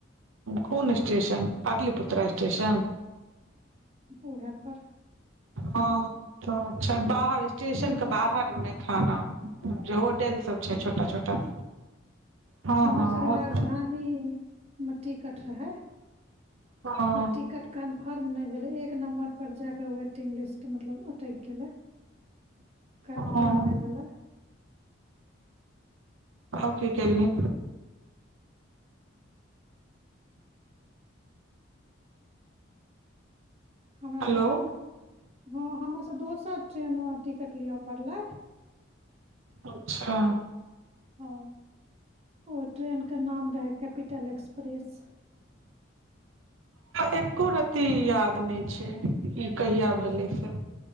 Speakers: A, on the right; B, on the right.
A: कोन स्टेशन पाटलिपुत्रा स्टेशन
B: ओहे पर
A: हँ अच्छा बाहर स्टेशन
B: सबके
A: के बाहरमे खाना जे होटेल सभ छै छोटा छोटा हँ
B: हमरसभके
A: हँ ओत
B: राजधानी म टिकट रहै
A: हँ
B: आ टिकट कान फॉर्म नहि भेलै एक नम्बर पर जाक वेटिंग लिस्ट मतलब अटकि गेलै कन्फर्म
A: हँ
B: नइ भेलय
A: त की केलही
B: हमरासभक
A: हेलो
B: हँ हमरास दोसर ट्रेनमे टिकट लिअ पड़लै
A: अच्छा
B: हँ ओ ट्रेनके नाम रहै कैपिटल एक्सप्रेस
A: एको रती याद नहि छै ई कहिया भेलै से